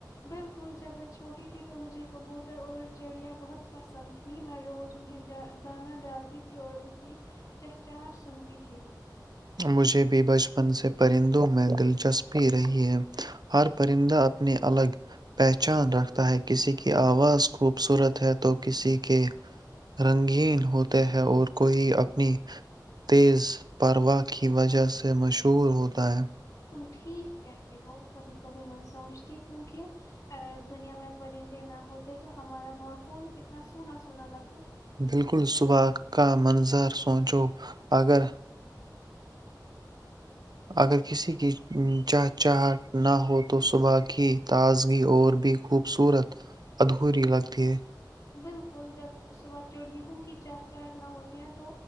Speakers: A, on the left (about 50°); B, on the right (about 65°).
A: بالکل جب میں چھوٹی تھی تو مجھے کبوتر اور چڑیاں بہت پسند تھی میں روز انہیں دانا ڈالتی تھی اور ان کی چہچاہٹ سنتی تھی
B: مجھے بھی بچپن سے پرندوں میں دلچسپی رہی ہے ہر پرندہ اپنی الگ پہچان رکھتا ہے کسی کی آواز خوبصورت ہے تو کسی کے رنگین ہوتے ہے اور کوئی اپنی تیز پرواہ کی وجہ سے مشہور ہوتا ہے
A: تم ٹھیک کہتے ہو کبھی کبھی میں سوچتی ہوں کہ اگر دنیا میں پرندے نہ ہوتے تو ہمارا ماحول کتنا سونا سونا لگتا
B: بالکل صبح کا منظر سوچو اگر اگر کسی کی چہچہ نہ ہو تو صبح کی تازگی اور بھی خوبصورت ادھوری لگتی ہے
A: بالکل جب صبح چڑیوں کی چاہ چاہ نہ ہوتی ہے تو